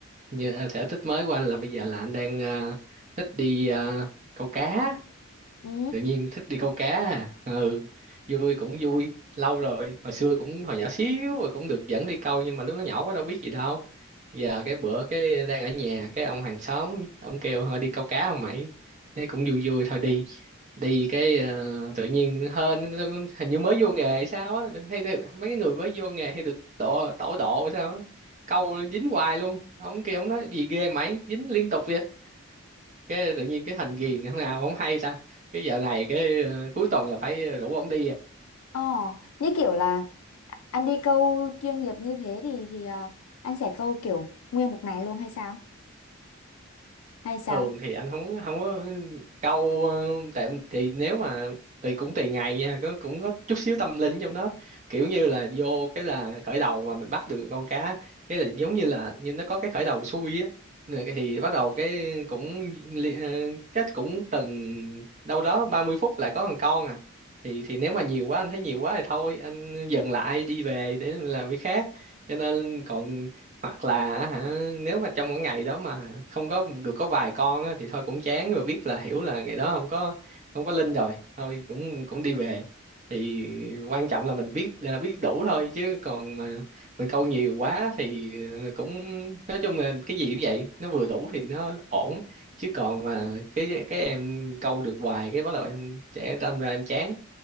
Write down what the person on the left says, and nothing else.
Ừ.
Ồ, như kiểu là anh đi câu chuyên nghiệp như thế thì thì ờ, anh sẽ câu kiểu nguyên một ngày luôn hay sao? Hay sao?